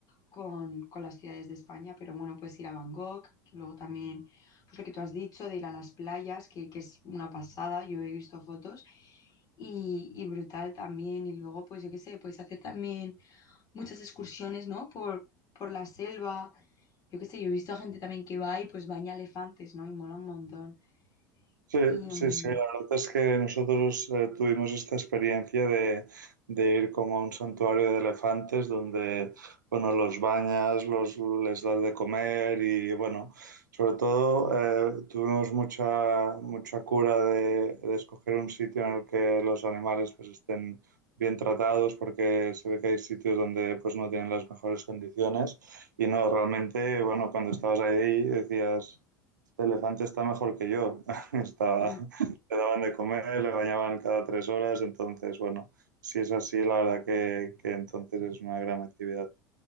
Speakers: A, on the left; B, on the right.
A: con, con las ciudades de España, pero bueno, puedes ir a Bangkok, que luego también, pues lo que tú has dicho, de ir a las playas, que, que es una pasada, yo he visto fotos. Y, y brutal también, y luego pues yo qué sé, puedes hacer también muchas excursiones, ¿no? Por, por la selva yo qué sé, yo he visto a gente también que va y pues baña elefantes, ¿no? Y mola un montón.
B: Sí,
A: Y
B: sí,
A: mm,
B: sí, la verdad es que nosotros eh, tuvimos esta experiencia de, de ir como a un santuario de elefantes donde, bueno, los bañas, los, les das de comer y, bueno, sobre todo eh, tuvimos mucha, mucha cura de, de escoger un sitio en el que los animales pues estén bien tratados porque se ve que hay sitios donde pues no tienen las mejores condiciones y no, realmente, bueno, cuando estabas ahí decías... Este elefante está mejor que yo. <laughs> Estaba,
A: mm,
B: le daban de comer, le bañaban cada tres horas, entonces, bueno, si es así, la verdad que, que entonces es una gran actividad.